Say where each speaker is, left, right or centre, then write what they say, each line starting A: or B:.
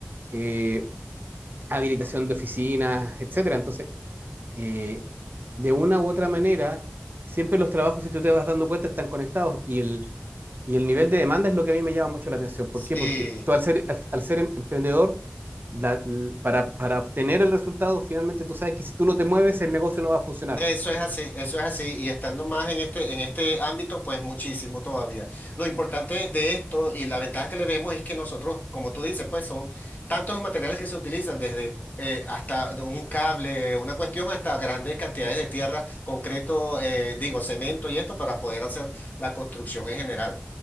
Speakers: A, on the right; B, on the left.
A: eh, habilitación de oficinas, etcétera. Entonces, eh, de una u otra manera, siempre los trabajos, si tú te vas dando cuenta, están conectados y el, y el nivel de demanda es lo que a mí me llama mucho la atención. ¿Por
B: sí,
A: qué? Porque tú al ser, al, al ser em- emprendedor, la- l- para, para obtener el resultado, finalmente tú sabes que si tú no te mueves, el negocio no va a funcionar.
B: Eso es así, eso es así, y estando más en este, en este ámbito, pues muchísimo todavía. Lo importante de esto y la ventaja que le vemos es que nosotros, como tú dices, pues son tantos los materiales que se utilizan, desde eh, hasta un cable, una cuestión, hasta grandes cantidades de tierra, concreto, eh, digo, cemento y esto para poder hacer la construcción en general.